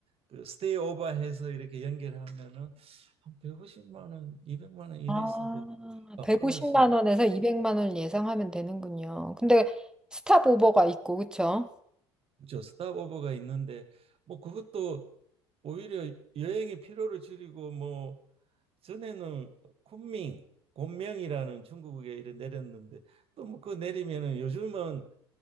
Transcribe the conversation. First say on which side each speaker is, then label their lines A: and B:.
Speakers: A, on the right; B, in the centre.
A: 그 스테이 오버해서 이렇게 연결하면은 한 150만 원, 200만 원 이내에서도
B: 아,
A: 어,
B: 150만
A: 끊을 수 있죠.
B: 원에서 200만 원을 예상하면 되는군요. 근데 스탑 오버가 있고, 그쵸?
A: 그렇죠. 스탑 오버가 있는데 뭐 그것도 오히려 여행의 피로를 줄이고 뭐 전에는 쿤밍, 곤명이라는 중국에 이래 내렸는데 또 뭐 그 내리면은 요즘은